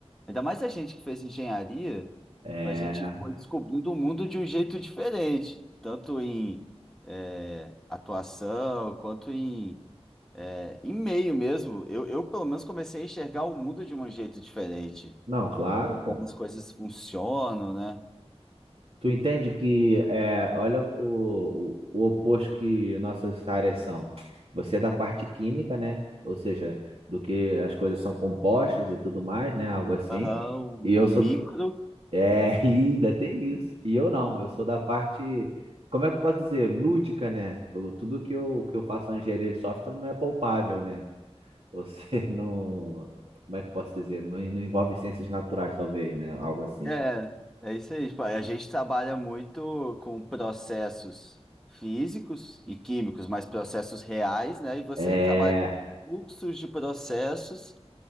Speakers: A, in the centre; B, on the right.
A: Ainda mais a gente que fez engenharia,
B: Ah,
A: a gente
B: é.
A: foi descobrindo o mundo de um jeito diferente, tanto em é, atuação quanto em, é, em meio mesmo. Eu, eu, pelo menos, comecei a enxergar o mundo de um jeito diferente,
B: Não, claro, pô.
A: como as coisas funcionam, né?
B: Tu entende que é, olha o, o, o oposto que nossas áreas são. Você é da parte química, né? Ou seja, do que as coisas são compostas e tudo mais, né? Algo assim.
A: Aham,
B: E eu
A: o, o
B: sou.
A: micro
B: d- É, <laughs> e ainda tem isso. E eu não, eu sou da parte. Como é que eu posso dizer? Lúdica, né? Eu- tudo que eu, que eu faço na engenharia de software não é palpável, né? Você <laughs> não. Como é que eu posso dizer? Não, não envolve ciências naturais, talvez, né? Algo assim.
A: É, é isso aí. Tipo, a gente trabalha muito com processos físicos e químicos, mas processos reais, né? E você
B: É.
A: trabalha com fluxos de processos